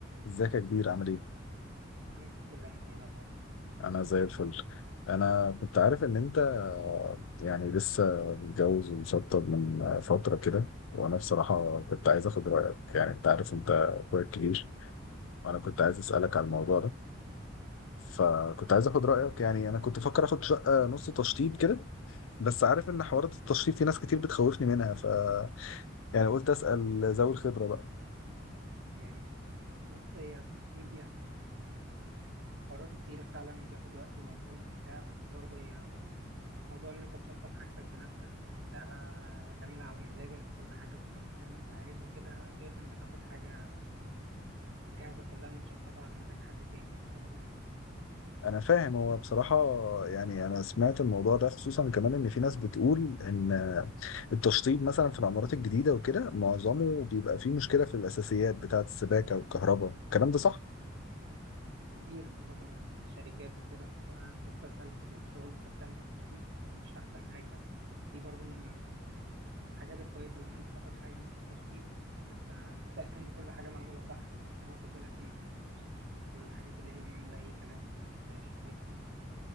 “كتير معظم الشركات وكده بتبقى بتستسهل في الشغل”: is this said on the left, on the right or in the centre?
Right